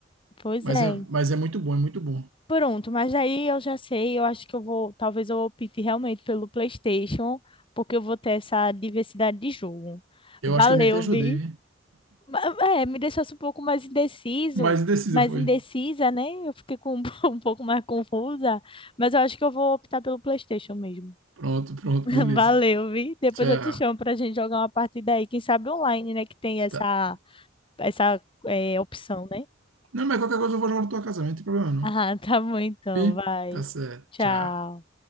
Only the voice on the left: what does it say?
pois
é.
Pronto, mas aí eu já sei, eu acho que eu vou, talvez eu opte realmente pelo PlayStation, porque eu vou ter essa diversidade de jogo.
Valeu,
vi.
Ma- É, me deixasse um pouco mais indeciso,
mais
indecisa, né? Eu fiquei com <laughs> um pouco mais confusa, mas eu acho que eu vou optar pelo PlayStation mesmo.
<laughs>
Valeu, vi. Depois
eu te chamo pra gente jogar uma partida aí. Quem sabe online, né? Que tem essa,
essa eh, opção, né? <laughs>
Ah, tá bom então.
Vai.
Tchau.